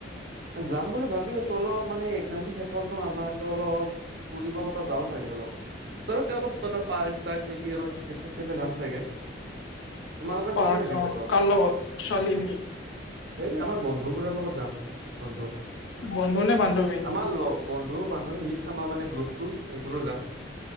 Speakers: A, on the right; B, on the left.
A: যাম বুলি ভাবি আছো, অলপ মানে একজামটো শেষ হ'ল ন' আমাৰ ত' অলপ ফুৰিব কৰবাত যাওঁ চাগে অলপ। ওচৰতে অলপ কতবা পাৰ্ক-চাৰ্ক নেকি কেফে-চেফে যাম চাগে। তোমালোকে যোৱা
B: পাৰ্ক
A: নাই নেকি
B: অ'
A: ক'তো
B: কাৰ লগত ছোৱালী নেকি?
A: এই আমাৰ বন্ধুবোৰৰ লগত যাম বন্ধু।
B: বন্ধু নে বান্ধৱী
A: আমাৰ লগ বন্ধু-বান্ধৱী মিক্স আমাৰ মানে গ্ৰুপটো। সেইবোৰো যাম